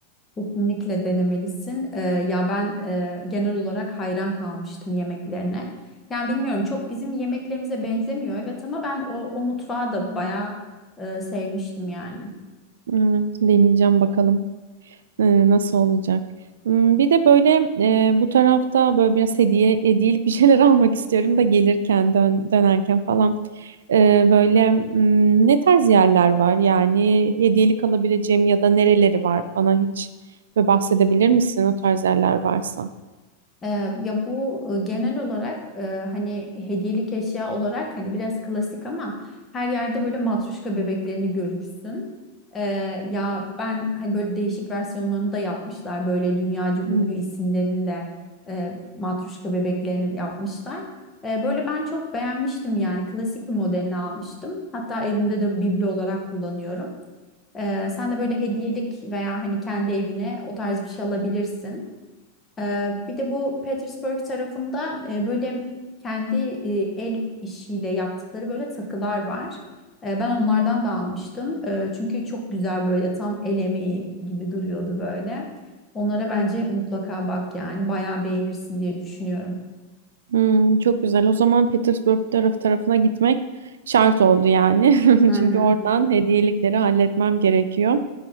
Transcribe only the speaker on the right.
Evet, deneyeceğim bakalım. Ee, Nasıl olacak? Hmm, Bir de böyle e, bu tarafta böyle biraz hediye hediyelik bir şeyler <laughs> almak istiyorum da gelirken dön, dönerken falan. Ee, böyle hmm, ne tarz yerler var? Yani hediyelik alabileceğim ya da nereleri var? Bana hiç böyle bahsedebilir misin o tarz yerler varsa?
Hmm.
Hmm, çok güzel. O zaman Petersburg taraf tarafına gitmek şart oldu yani.
<laughs> Çünkü oradan hediyelikleri halletmem gerekiyor.